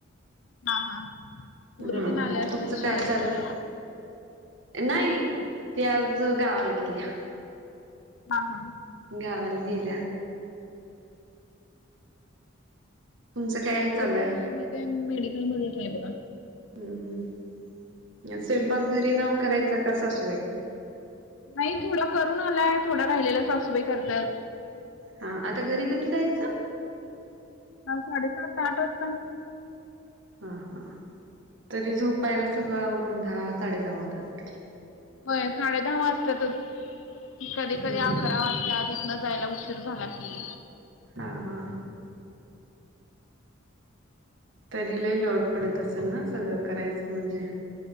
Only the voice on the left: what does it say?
हा हा पोरी
तेन आले असतील
शाळेतून.
हा हा
माझं
काय? मी काय मेडिकलमध्येच आहे बघा.
नाय थोडं करून आलाय, थोडं राहिलेलं सासूबाई करत्यात.
हा साडेसात आठ वाजता.
होय साडे दहा वाजत्यातच. कधी
कधी अकरा वाजत्यात इथनं जायला उशी उशीर झाला की,